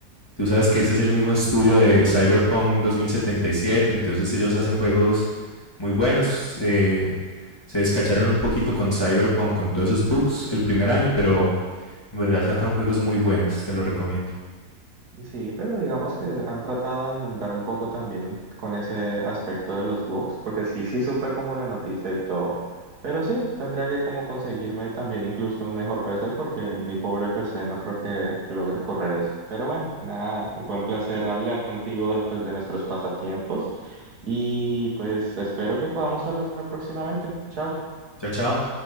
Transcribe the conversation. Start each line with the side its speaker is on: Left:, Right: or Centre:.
Left: Tú sabes que este es el mismo estudio de Cyberpunk 2077, entonces ellos hacen juegos muy buenos. Eh, se descacharon un poquito con Cyberpunk, con todos esos bugs el primer año, pero en verdad sacan juegos muy buenos, te lo recomiendo.
Right: Sí, pero digamos que han tratado de enmendar un poco también con ese aspecto de los bugs, porque sí, sí supe como la noticia y todo, pero sí, tendría que como conseguirme también incluso un mejor PC, porque mi pobre PC no creo que logre correr eso. Pero bueno, nada, fue un placer hablar contigo pues de nuestros pasatiempos y pues espero que podamos hablar próximamente. Chao.
Left: Chao, chao.